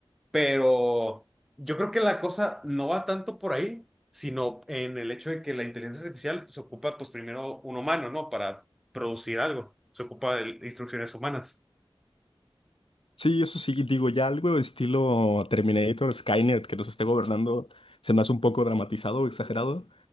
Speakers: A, in the centre; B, on the left.
A: pero yo creo que la cosa no va tanto por ahí, sino en el hecho de que la inteligencia artificial se ocupa, pues primero un humano, ¿no? Para producir algo, se ocupa de instrucciones humanas.
B: Sí, eso sí, digo, ya algo de estilo Terminator, Skynet, que nos esté gobernando, se me hace un poco dramatizado o exagerado,